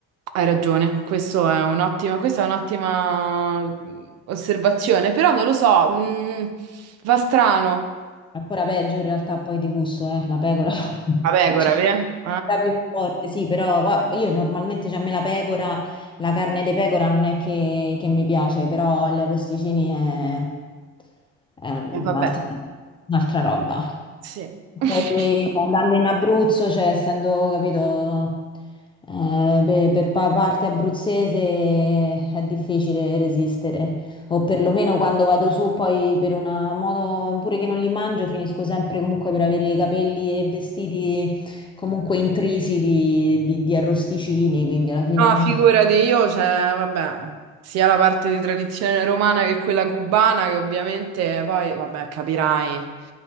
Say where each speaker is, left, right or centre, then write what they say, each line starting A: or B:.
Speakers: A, on the right (about 55°); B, on the left (about 15°).
A: hai ragione, questo è un'ottima, questa è un'ottima osservazione, però non lo so, mm, va strano.
B: Ancora peggio in realtà poi di gusto, eh, la pecora. <laughs>
A: La pecora,
B: Cioè,
A: vero?
B: la più forte, sì, però va- io normalmente, cioè, a me la pecora, la carne di pecora non è che, che mi piace, però gli arrosticini è, è un'altra
A: Eh, vabbè,
B: un'altra roba.
A: sì. <laughs>
B: Poi andando in Abruzzo, cioè essendo, capito, eh, pe- per, pa- parte abruzzese è difficile resistere, o perlomeno quando vado su poi per una moto, pure che non li mangio, finisco sempre comunque per avere i capelli e vestiti comunque intrisi di, di- di arrosticini, quindi alla fine
A: No, figurati io, cioè, vabbè, sia la parte di tradizione romana che quella cubana, che ovviamente poi, vabbè, capirai,